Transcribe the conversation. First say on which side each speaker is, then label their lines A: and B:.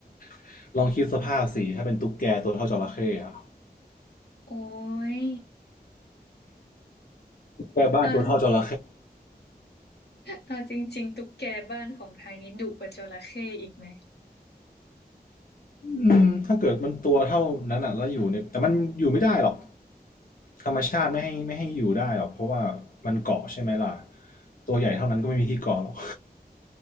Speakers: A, on the left (about 60°); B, on the left (about 80°).
A: <laughs> ลองคิดสภาพสิถ้าเป็นตุ๊กแกตัวเท่าจระเข้อะ
B: โอ้ย
A: แค่บ้านตัวเท่าจระเข้
B: เออเออจริงๆตุ๊กแกบ้านของไทยนี้ดุกว่าจระเข้อีกไหม
A: อืมถ้าเกิดมันตัวเท่านั้นอ่ะแล้วอยู่ในแต่มันอยู่ไม่ได้หรอกธรรมชาติไม่ให้ไม่ให้อยู่ได้หรอกเพราะว่ามันเกาะใช่ไหมล่ะตัวใหญ่เท่านั้นก็ไม่มีที่เกาะหรอก